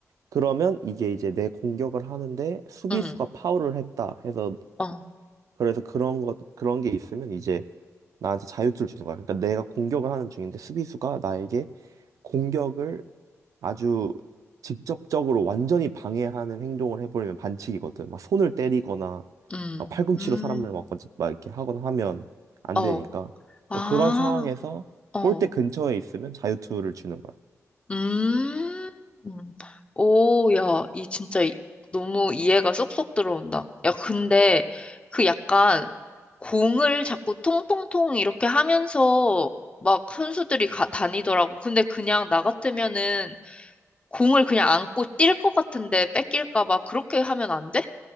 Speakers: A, on the right (about 80°); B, on the left (about 20°).
A: 그러면 이게 이제 내 공격을 하는데 수비수가
B: 음,
A: 파울을 했다 해서
B: 어,
A: 그래서 그런 것 그런 게 있으면 이제 나한테 자유투를 주는 거야 그러니까 내가 공격을 하는 중인데 수비수가 나에게 공격을 아주 직접적으로 완전히 방해하는 행동을 해버리면 반칙이거든. 막 손을 때리거나
B: 음,
A: 막 팔꿈치로
B: 음,
A: 사람을 막, 어찌- 막 이렇게 하거나 하면 안
B: 어,
A: 되니까
B: 아,
A: 그런 상황에서
B: 어,
A: 골대 근처에 있으면 자유투를 주는 거야.
B: 음, 음. 오, 야, 이 진짜 이- 너무 이해가 쏙쏙 들어온다. 야, 근데 그 약간 공을 자꾸 통통통 이렇게 하면서 막 선수들이 가, 다니더라고. 근데 그냥 나 같으면은 공을 그냥 안고 뛸 것 같은데 뺏길까 봐 그렇게 하면 안 돼?